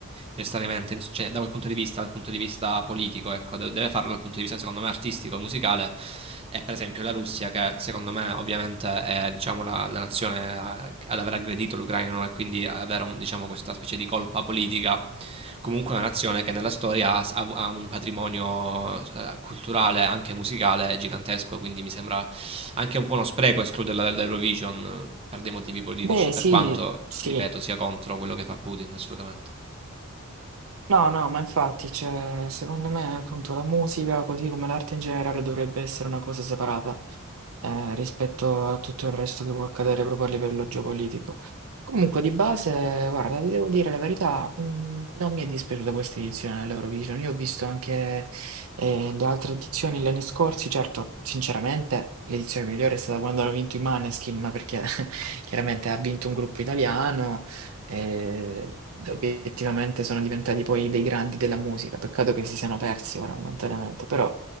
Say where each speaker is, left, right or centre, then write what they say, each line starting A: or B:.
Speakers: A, on the right; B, on the right.
A: necessariamente, ins- cioè, da quel punto di vista, dal punto di vista politico, ecco, de- deve farlo dal punto di vista secondo me artistico e musicale. E per esempio la Russia, che secondo me ovviamente è diciamo, la, la nazione eh, ad aver aggredito l'Ucraina no? e quindi avere un- diciamo, questa specie di colpa politica comunque una nazione che nella storia ha, ha un patrimonio eh, culturale, anche musicale, gigantesco, quindi mi sembra anche un po' uno spreco escluderla dall'Eurovision per dei motivi politici,
B: Beh,
A: per
B: sì,
A: quanto,
B: sì.
A: ti ripeto, sia contro quello che fa Putin, assolutamente.
B: No, no, ma infatti, cioè, secondo me, appunto, la musica, così come l'arte in generale, dovrebbe essere una cosa separata, eh, rispetto a tutto il resto che può accadere proprio a livello geopolitico. Comunque, di base, guarda, ti devo dire la verità, mh, non mi è dispiaciuta questa edizione dell'Eurovision. Io ho visto anche, eh, le altre edizioni gli anni scorsi, certo, sinceramente, l'edizione migliore è stata quando hanno vinto i Maneskin, ma perché <laughs> chiaramente ha vinto un gruppo italiano e obiettivamente sono diventati poi dei grandi della musica. Peccato che si siano persi ora momentaneamente, però